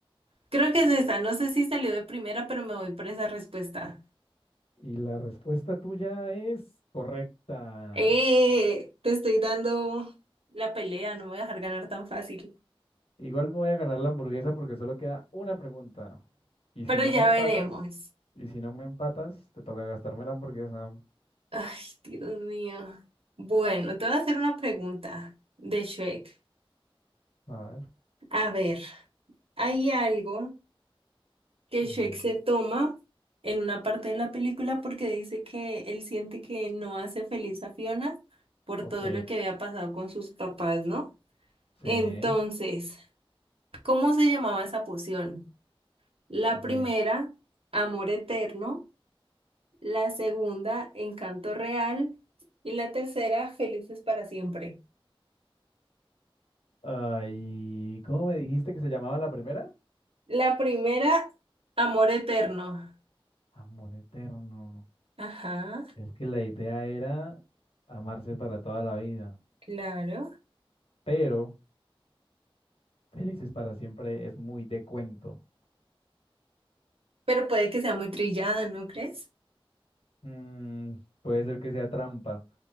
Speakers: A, on the right (about 80°); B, on the left (about 80°).
A: Creo que es esa, no sé si salió de primera, pero me voy por esa respuesta.
B: Y la respuesta tuya es correcta.
A: Eh, te estoy dando la pelea, no me voy a dejar ganar tan fácil,
B: Igual me voy a ganar la hamburguesa porque solo queda una pregunta. Y
A: pero
B: si no
A: ya
B: me empatas,
A: veremos.
B: y si no me empatas, te toca gastarme la hamburguesa.
A: Ay, Dios mío. Bueno, te voy a hacer una pregunta de Shrek.
B: A ver.
A: A ver. Hay algo que
B: Ujú.
A: Shrek se toma en una parte de la película porque dice que él siente que no hace feliz a Fiona por
B: Ok,
A: todo lo que había pasado con sus papás, ¿no?
B: sí,
A: Entonces, ¿cómo se llamaba esa poción? La
B: ok.
A: primera, amor eterno, la segunda, encanto real y la tercera, felices para siempre.
B: Ay, ¿cómo me dijiste que se llamaba la primera?
A: La primera, amor eterno.
B: Amor eterno.
A: Ajá,
B: Es que la idea era amarse para toda la vida,
A: claro.
B: pero felices para siempre es muy de cuento.
A: Pero puede que sea muy trillada, ¿no crees?
B: Mm, puede ser que sea trampa.